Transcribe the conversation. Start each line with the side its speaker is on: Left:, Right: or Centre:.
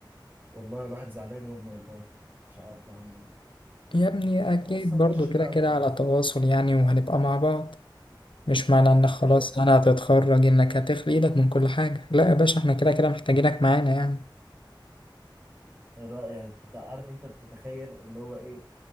Right: والله الواحد زعلان يا ابني والله مش عارف اعمل
Left: يا ابني أكيد
Right: ايه بس هنخش
Left: برضو كده
Right: بقى
Left: كده على تواصل يعني وهنبقى مع بعض مش معنى إنك خلاص
Right: ايه
Left: أنا هتتخرج إنك هتخلي إيدك من كل حاجة لا يا باشا إحنا كده كده محتاجينك معانا يعني
Right: اللي هو يعني بتاع- عارف انت بتتخيل اللي هو ايه